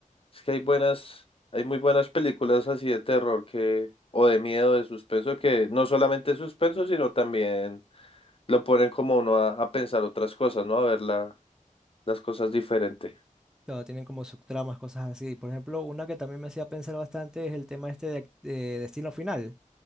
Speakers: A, on the left; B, in the centre.
A: Es que hay buenas, hay muy buenas películas así de terror que, o de miedo, de suspenso, que no solamente es suspenso, sino también lo ponen como a uno a, a pensar otras cosas, ¿no? A ver la- las cosas diferente.
B: Claro, tienen como subtramas, cosas así. Por ejemplo, una que también me hacía pensar bastante es el tema este de, ac- de Destino Final.